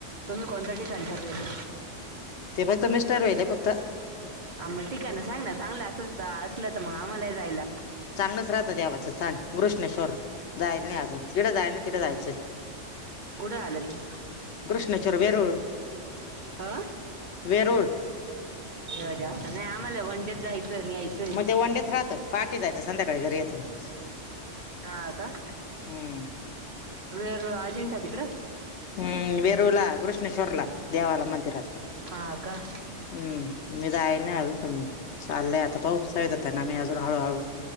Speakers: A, on the right (about 40°); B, on the left (about 70°).
A: तुम्ही कोणतं ठिकण ठरवल?
B: ते फक्त मिस्टर व्हालय फक्त
A: आ मग ठीक आहे ना सांग ना चांगलं अस असलं तर मग आम्हालाही जायला.
B: चांगलंच राहतं देवाचं स्थान घृष्णेश्वर जायल नाही अजून जिथं जायल नाही तिथं जायचंय. <unintelligible>
A: कुठ आलं ते,
B: घृष्णेश्वर, वेरूळ
A: ह
B: वेरूळ
A: एवढ्या नाही आम्हाला वन डे जायचं यायचं,
B: मग ते वन डेच राहतं पहाटे जायचं संध्याकाळी घरी यायचं, माणूस
A: हा का,
B: हम्म
A: वेरुळ, अजिंठा तिकडे
B: हम्म वेरुळला, घृष्णेश्वरला देवाला मंदिरात
A: हा, का?
B: हम्म मी जायल नाही. अजून पण चाललंय आता पाहु सांगीतल त्यांना मी अजून हळूहळू,